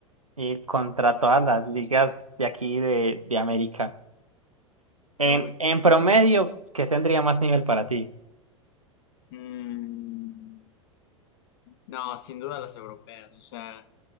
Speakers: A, on the right (about 85°); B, on the left (about 50°).
A: y contra todas las ligas de aquí de, de América. En,
B: lo Uy.
A: en promedio, ¿qué tendría más nivel para ti?
B: mm, No, sin duda las europeas. O sea,